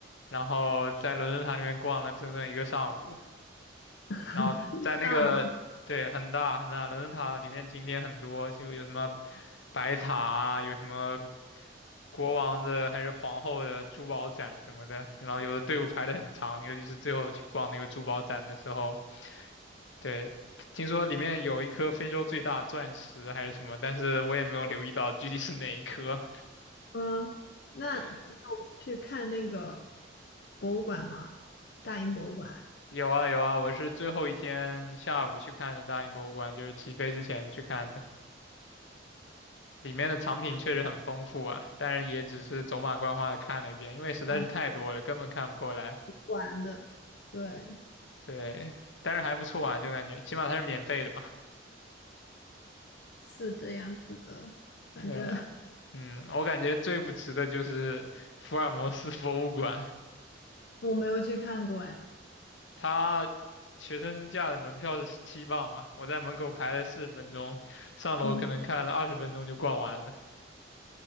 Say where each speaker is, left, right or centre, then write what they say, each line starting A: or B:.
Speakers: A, on the left (about 75°); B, on the left (about 60°).
A: 然后在伦敦塔里面逛了整整一个上午，
B: <laughs>
A: 然后在那个对很大很大伦敦塔里面景点很多，
B: 那么大吗？
A: 就有什么白塔啊，有什么国王的还是皇后的珠宝展什么的，然后有的队伍排得很长，尤其是最后去逛那个珠宝展的时候，对。听说里面有一颗非洲最大钻石还是什么，但是我也没有留意到具体是哪一颗。
B: 嗯，那你有去看那个
A: 对，
B: 博物馆吗？大英博物馆。
A: 有啊有啊，我是最后一天下午去看的大英博物馆，就是起飞之前去看的。里面的藏品确实很丰富啊，但是也只是走马观花的看了一遍，因为实在是太多了，
B: 嗯，
A: 根本看不过来。
B: 玩的，对，
A: 对，但是还不错啊，就感觉起码它是免费的嘛。
B: 是这样子的，反正
A: 对啊，
B: <laughs>。
A: 嗯，我感觉最不值的就是福尔摩斯博物馆，
B: 我没有去看过哎。
A: 它学生价的门票是十七磅嘛，我在门口排了四十分钟，上楼可能看了二十分钟就逛完了。
B: 嗯，